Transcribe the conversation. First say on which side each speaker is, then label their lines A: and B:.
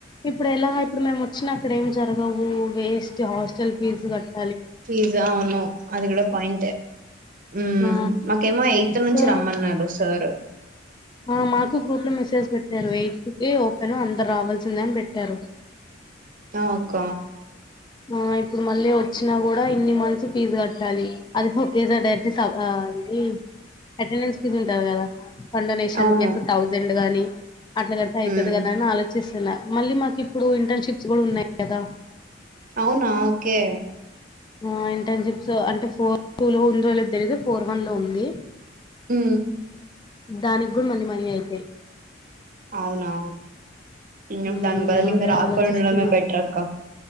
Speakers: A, on the left (about 25°); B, on the right (about 45°).
A: ఇప్పుడు ఎలా ఇప్పుడు మేము వచ్చిన అక్కడ ఏం జరగవు. వేస్ట్ హాస్టల్ ఫీజు కట్టి
B: ఫీజా అవును అది కూడా పాయింటే. ఉ
A: ఆ
B: మాకేమో ఎయిత్ నుంచి
A: సో
B: రమ్మన్నారు సారు.
A: ఆ మాకు గ్రూప్లో మెసేజ్ పెట్టారు. ఎయిత్ కి ఓపెన్ అందరు రావాల్సిందే అని పెట్టారు.
B: ఆ అక్క
A: ఆ ఇప్పుడు మళ్ళీ వచ్చినా కూడా ఇన్ని మంత్స్ ఫీజు కట్టాలి. అది ఒకేసారి డైరెక్ట్ <unintelligible> అటెండెన్స్ ఫీజు ఉంటది కదా. ఫండొనేషన్
B: అవును
A: ఒకేత్ థౌజండ్ గాని అ <inaudible> అట్లా కడితే అయితది
B: ఉమ్
A: కదా అని ఆలోచి చించలే మళ్ళీ మాకు ఇప్పుడు ఇంటర్న్షిప్స్ కూడా ఉన్నాయి కదా.
B: అవునా ఓకే
A: ఆ ఇంటర్న్షిప్స్ అంటే ఫోర్ టూ లో ఉందో లేదో తెలీయదు. ఫోర్ వన్ లో ఉంది.
B: హు
A: దానికి కూడా మళ్ళీ మనీ అయితయ్
B: అవునా. ఇంగా
A: మ్మ్
B: బదులు ఇంగా
A: అదే
B: రాకుండా
A: ఆలోచిస్తున్నా
B: ఉండడమే బెటర్ అక్క.